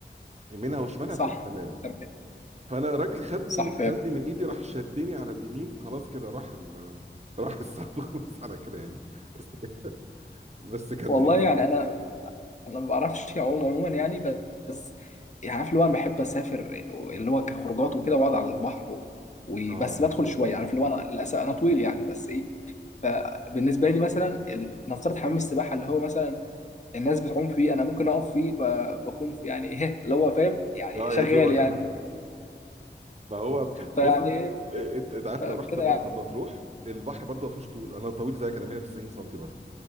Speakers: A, on the right; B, on the left.
A: يمينها وشمالها
B: صح
A: بتبقى تمام
B: تمام
A: فانا الراجل خدني
B: صح
A: من... خدني
B: فاهم
A: من ايدي راح شدني على اليمين خلاص كده راح ال... راح السحب <laughs> خلاص على كده يعني بس بس كان
B: والله
A: ضحك
B: يعني انا انا ما بعرفش اعوم عموما يعني بس يعني عارف اللي هو انا بحب اسافر اللي هو كخروجات وكده واقعد على البحر و- وبس
A: اه
B: بدخل شويه عارف اللي هو انا للاسف انا طويل يعني بس ايه فبالنسبه لي مثلا ال- نفترض حمام السباحه اللي هو مثلا الناس بتعوم فيه انا ممكن اقف فيه ب- بكون في يعني ايه اللي هو فاهم يعني
A: اه
B: شغال
A: يا دوبك
B: يعني
A: ما هو
B: فيعني
A: بص
B: ايه
A: انت انت عارف
B: فكده
A: لو رحت مرسى
B: يعني
A: مطروح البحر برضه ما فيهوش طول انا طويل زيك انا 190 سم برضه